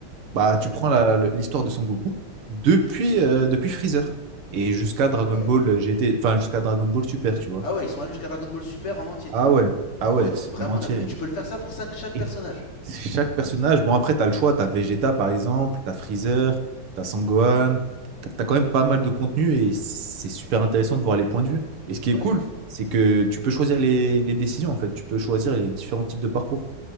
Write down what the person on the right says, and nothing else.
bah,
tu prends la- l'histoire de Sangoku depuis, euh, depuis Freezer et jusqu'à Dragon
Ball GT, enfin jusqu'à Dragon Ball Super, tu vois.
Ah ouais, ah
ouais,
c'est
en entier.
Et
chaque personnage, bon après, t'as le choix, T'as Vegeta par exemple, t'as Freezer, t'as as Sangohan, tu quand même pas mal de contenu et c'est super intéressant de voir les points de vue. Et ce qui
est cool,
c'est que tu peux choisir les, les décisions en fait, tu peux choisir les différents types de parcours.